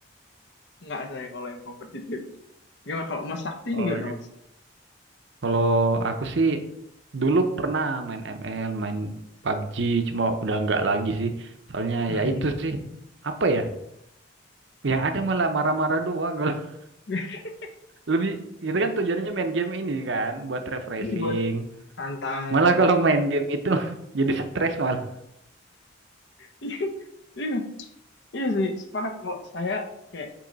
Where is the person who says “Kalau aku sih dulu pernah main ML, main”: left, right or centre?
Right